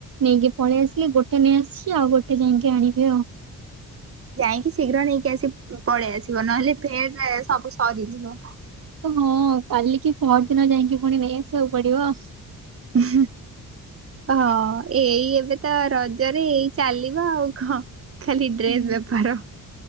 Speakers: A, on the right; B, on the right.
A: ନେଇକି ପଳେଇ ଆସିଲି ଗୋଟେ ନେଇ ଆସସିଛି ଆଉ ଗୋଟେ ଯାଇକି ଆଣିବି ଆଉ
B: ଯାଇକି ଶୀଘ୍ର ନେଇକି ଆସି ପଳେଇ ଆସିବ ନହେଲେ ଫେଟରେ ସବୁ ସରିଯିବ
A: ହଁ କାଲ କି ପର ଦିନ ଯାଇକି ପୁଣି ନେଇଆସିବାକୁ ପଡିବ
B: ହ ହଁ ଏଇ ଏବେ ତ ରଜରେ ଏଇ ଚାଲିବ ଆଉ କଣ ଖାଲି ଡ୍ରେସ୍
A: ହୁଁ
B: ବେପାର